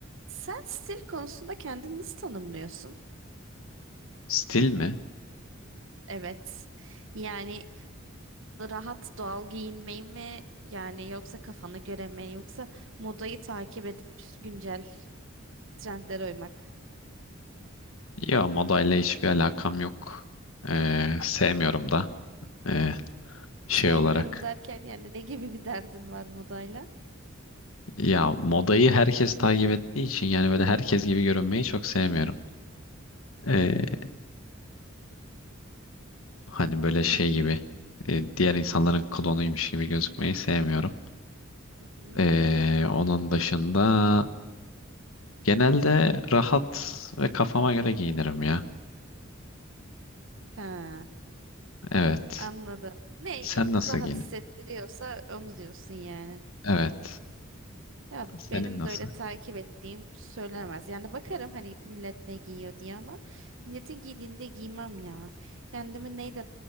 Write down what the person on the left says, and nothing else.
Stil mi?
Ya modayla hiçbir alakam yok. Ee, sevmiyorum da. Ee,
şey olarak.
Ya modayı herkes takip ettiği için yani böyle herkes gibi görünmeyi çok sevmiyorum. Ee, hani böyle şey gibi e, diğer insanların klonuymuş gibi gözükmeyi sevmiyorum.
Ee, onun dışında genelde rahat ve kafama göre giyinirim ya.
Evet.
Sen nasıl
giyinirsin?
Evet.
Senin
nasıl?